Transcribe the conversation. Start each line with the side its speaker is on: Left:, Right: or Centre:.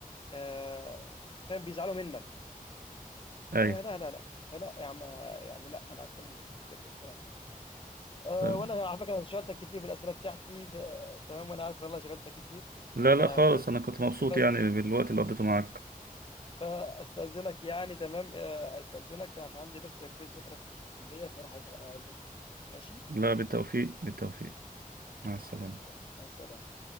Left: آآ، فاهم بيزعلوا منّك،
Right: اي
Left: فلا، لا، لأ، فلأ يا عم يعني لأ، أنا هاكون ذكي والكلام ده. أه
Right: طب.
Left: وانا على فكره انا شغلتك كتير بالاسئله بتاعتي ب... تمام وانا عارف والله شغلتك كتير
Right: لا لا
Left: أه
Right: خالص
Left: فس...
Right: انا كنت مبسوط
Left: فس...
Right: يعني بالوقت اللي قضيته معاك
Left: فاستاذنك يعني تمام أه استاذنك عشان عندي بس كويز بكره في الكليه فراح أذا- اذاكر له ماشي
Right: لا بالتوفيق بالتوفيق مع السلامة
Left: تمام مع السلامة.